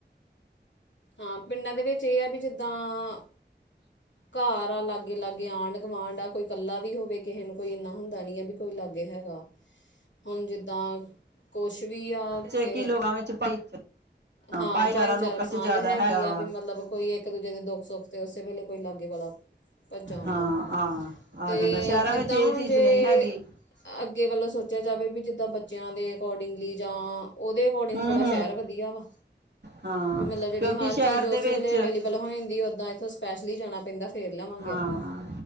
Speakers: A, on the left (about 80°); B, on the right (about 65°).
A: ਹਾ ਪਿੰਡਾਂ ਦੇ ਵਿੱਚ ਇਹ ਆ ਵੀ, ਜਿੱਦਾਂ ਘਰ ਆ ਲਾਗੇ ਲਾਗੇ ਆਂਢ ਗੁਆਂਢ ਆ ਕੋਈ ਇਕੱਲਾ ਵੀ ਹੋਵੇ ਕਿਸੇ ਨੂੰ ਕੋਈ ਇੰਨਾ ਹੁੰਦਾ ਦਾ ਨਹੀਂ ਹੈ, ਵੀ ਕੋਈ ਲਾਗੇ ਹੈਗਾ, ਹੁਣ ਜਿੱਦਾਂ ਕੁਛ ਵੀ ਆ
B: ਚੈਕੀ
A: ਕਿ
B: ਲੋਕਾਂ ਵਿੱਚ ਭਾਈ
A: ਹਾਂ
B: ਭਾਈਚਾਰਾ
A: ਭਾਈਚਾਰਕ
B: ਲੋਕਾਂ
A: ਸਾਂਝ
B: ਚ ਜ਼ਿਆਦਾ
A: ਹੈਗੀ
B: ਹੈਗਾ
A: ਆ,
B: ਵਾ
A: ਵੀ ਮਤਲਬ ਕੋਈ ਇੱਕ ਦੂਜੇ ਦੇ ਦੁੱਖ ਸੁੱਖ ' ਉਸੇ ਵੇਲੇ ਕੋਈ ਲਾਗੇ ਵਾਲਾ ਭੱਜਾ ਹੁੰਦਾ,
B: ਹਾਂ ਆ
A: ਅਤੇ
B: ਆ ਜਾਂਦਾ ਸ਼ਹਿਰਾਂ
A: ਜਿੱਦਾਂ
B: ਵਿੱਚ ਇਹ
A: ਹੁਣ
B: ਚੀਜ਼
A: ਜੇ
B: ਨਹੀਂ ਹੈਗੀ
A: ਅੱਗੇ ਵੱਲੋਂ ਸੋਚਿਆ ਜਾਵੇ ਵੀ ਜਿੱਦਾਂ ਬੱਚਿਆਂ ਦੇ ਅਕੋਡਿੰਗਲੀ ਜਾਂ ਉਹਦੇ ਅਕੋਡਿੰਗ
B: ਹੂੰ
A: ਥੋੜ੍ਹਾ
B: ਹੂੰ
A: ਸ਼ਹਿਰ ਵਧੀਆ ਵਾ,
B: ਹਾਂ
A: ਵੀ ਮਤਲਬ ਜਿਹੜੀ
B: ਕਿਉਂਕਿ
A: ਹਰ
B: ਸ਼ਹਿਰ
A: ਚੀਜ਼ ਉਸੇ
B: ਦੇ ਵਿੱਚ
A: ਵੇਲੇ ਅਵੇਲੇਬਲ ਹੋ ਜਾਂਦੀ ਉੱਦਾਂ ਇੱਥੋਂ ਸਪੈਸ਼ਲੀ ਜਾਣਾ ਪੈਂਦਾ। ਫੇਰ ਲਵਾਂਗੇ
B: ਹਾਂ
A: ਆਪਾਂ
B: ਹਾਂ